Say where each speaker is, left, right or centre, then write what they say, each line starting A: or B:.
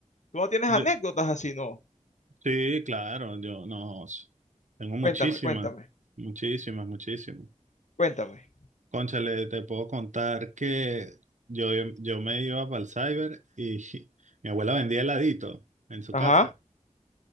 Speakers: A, on the left; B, on the right.
A: tú no tienes anécdotas
B: yo-
A: así, no?
B: sí, claro, yo no. s- Tengo muchísimas,
A: Cuéntame, cuéntame,
B: muchísimas, muchísimas.
A: cuéntame.
B: Cónchale, te puedo contar que yo, yo me iba para el cyber y <laughs> mi abuela vendía heladito en su
A: Ajá.
B: casa.